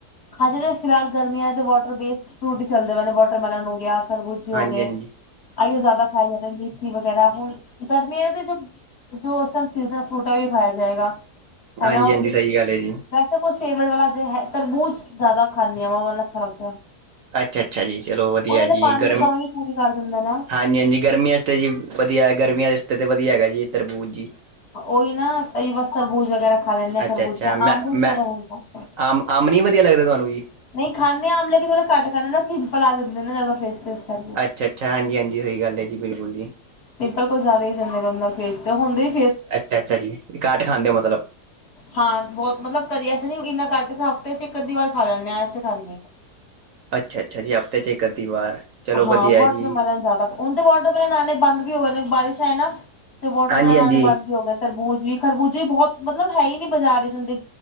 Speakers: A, on the left; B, on the right.
A: ਹਾਂਜੀ ਤੇ ਫਿਲਹਾਲ ਗਰਮੀਆਂ ਤੇ ਵਾਟਰ ਬੇਸਡ ਫਰੂਟ ਹੀ ਚੱਲਦੇ ਏ ਨੇ ਵਾਟਰਮੈਲਨ ਹੋ ਗਿਆ ਖਰਬੂਜੇ ਹੋ
B: ਹਾਂਜੀ-ਹਾਂਜੀ
A: ਗਏ। ਆਈਓ ਜ਼ਿਆਦਾ ਖਾਈ <unintelligible> ਜੀ। ਮੋਸੰਮੀ ਵਗੈਰਾ ਗਰਮੀ ਨਾ ਤੇ ਜੋ <unintelligible> ਵੀ ਖਾਇਆ ਜਾਏਗਾ।
B: ਹਾਂਜੀ-ਹਾਂਜੀ
A: ਹਨਾ
B: ਸਹੀ ਗੱਲ ਹੈ ਜੀ
A: ਵੈਸੇ ਕੁਛ ਫੇਟ ਵਾਲਾ ਜੇ ਤਰਬੂਜ ਜ਼ਿਆਦਾ ਹਾਂਜੀ ਉਹ ਵਾਲਾ ਅੱਛਾ ਲੱਗਦਾ।
B: ਅੱਛਾ -ਅੱਛਾ ਜੀ ਚਲੋ ਵਧੀਆ
A: ਉਹਨਾਂ
B: ਜੀ
A: ਨੇ ਪਾਣੀ
B: ਗਰਮ,
A: ਦੀ ਕਮੀ
B: ਹਾਂ।
A: ਵੀ ਪੂਰੀ ਕਰ ਦਿੰਦਾ ਨਾ
B: ਹਾਂਜੀ, ਹਾਂਜੀ ਗਰਮੀਆਂ ਤੇ ਜੀ, ਵਧੀਆ ਗਰਮੀਆਂ ਆਸਤੇ ਤੇ ਵਧੀਆ ਹੈਗਾ ਜੀ ਇ ਤਰਬੂਜ ਜੀ।
A: ਉਹੀ ਨਾ ਤਾਂ ਬਸ ਤਰਬੂਜ਼ ਵਗੈਰਾ ਖਾ ਲੈਂਦੇ ਆਂ ਖਰਬੂਜ
B: ਅੱਛਾ-ਅੱਛਾ
A: ਅੰਬ
B: ਮੈਂ
A: ਅੰਬੂ
B: ਮੈਂ
A: ਥੋੜਾ ਹੁਣ ਘੱਟ ਐ।
B: ਅੰਬ ਅੰਬ ਨਹੀਂ ਵਧੀਆ ਲੱਗਦੇ ਤੁਹਾਨੂੰ ਕੀ
A: ਨਹੀਂ ਖਾਂਦੇ ਅੰਬ ਥੋੜਾ ਘੱਟ ਖਾਂਦੇ ਤਾਂ ਪਿੰਪਲ ਆ ਜਾਂਦੇ ਨੇ ਜ਼ਿਆਦਾ ਫੇਸ- ਫੇਸ ਕਰਕੇ
B: ਅੱਛਾ- ਅੱਛਾ ਹਾਂਜੀ ਜੀ ਹਾਂਜੀ ਸਹੀ ਗੱਲ ਜੀ ਬਿਲਕੁਲ ਜੀ।
A: ਪਿੰਪਲ ਕੁਛ ਜ਼ਿਆਦਾ ਹੀ ਜਾਂਦੇ ਰਹਿੰਦਾ ਫੇਸ ਤੇ ਹੁੰਦੇ ਐ।
B: ਅੱਛਾ -ਅੱਛਾ ਜੀ, ਘੱਟ ਖਾਂਦੇ ਹੋ ਮਤਲਬ
A: ਹਾਂ ਬਹੁਤ ਮਤਲਬ ਕਦੇ ਅਸੇ ਨੀ ਇੰਨਾ ਘੱਟ ਹਫ਼ਤੇ 'ਚ ਇੱਕ ਅਧੀ ਵਾਰ ਖਾ ਲੈਂਦੇ ਹਾਂ ਐਸੀ ਗੱਲ ਨਹੀਂ।
B: ਅੱਛਾ- ਅੱਛਾ ਜੀ ਹਫ਼ਤੇ 'ਚ ਇੱਕ ਅੱਧੀ ਵਾਰ ਚਲੋ
A: ਹਾਂ
B: ਵਧੀਆ
A: ਵਾਟਰਮੈਲਨ
B: ਜੀ,
A: ਜ਼ਿਆਦਾ, ਹੁਣ ਤੇ ਵਾਟਰਮੈਲਨ ਆਉਣੇ ਬੰਦ ਵੀ ਹੋ ਗਏ ਨੇ ਬਾਰਿਸ਼ ਹੈ ਨਾ। ਤੇ ਵਾਟਰਮੈਲਨ
B: ਹਾਂਜੀ-ਹਾਂਜੀ,
A: ਆਉਣੇ ਬੰਦ ਵੀ ਹੋ ਗਏ ਤਰਬੂਜ ਵੀ ਖਰਬੂਜੇ ਵੀ ਬਹੁਤ ਮਤਲਬ ਹੈ ਹੀ ਨੀ ਬਾਜ਼ਾਰ ਹੁਣ ਦੇ